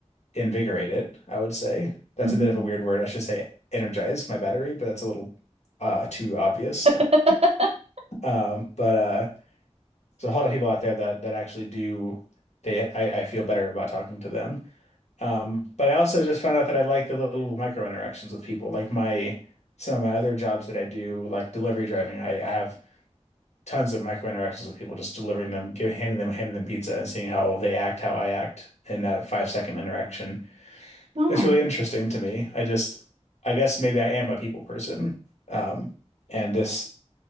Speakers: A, on the left; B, on the right.
A: invigorate it, I would say. That's
B: Mhm.
A: a bit of a weird word. I should say energize my battery, but that's a little uh too obvious.
B: <laughs>
A: Um, but uh there's a lot of people out there that that actually do they I, I feel better about talking to them. Um, but I also just found out that I like the little micro interactions with people. Like my some of my other jobs that I do, like delivery driving, I, I have tons of micro interactions with people, just delivering them, giving, handing them, handing them pizza and seeing how they act, how I act in that five second interaction.
B: Oh.
A: It's really interesting to me. I just, I guess maybe I am a people person. Um, and this,